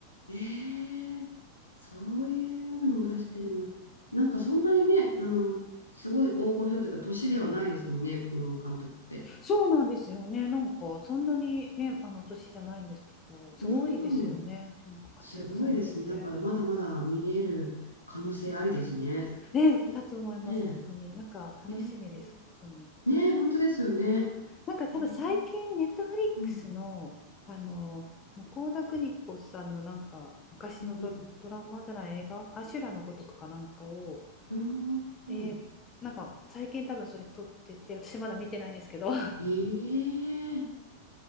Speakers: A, on the left (about 80°); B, on the left (about 25°).
A: ええそういうのも出してるんだ。なんかそんなにね、あの、すごい大御所というか、年ではないですもんね、この監督って。
B: そうなんですよね。なんかそんなにね、あの年じゃないんですけど、すごいですよね。
A: うん、
B: なんか活躍されてて。
A: すごいですね。だからまだまだ見れる可能性ありですね。
B: ね、だと思います、
A: ね
B: 本当に。なんか楽しみです、
A: え。えー
B: 本当に。
A: ねえ、本当ですよね。
B: なんか多分最近、
A: えー、
B: ネットフリックスの、
A: うん、
B: あの、向田邦子さんのなんか昔のド、
A: うん、
B: ドラマじゃない映画、アシュラのごとくかなんかを、
A: うん。ああ、
B: えーなんか最近多分それ撮ってて、私まだ見てないんですけど、
A: ええ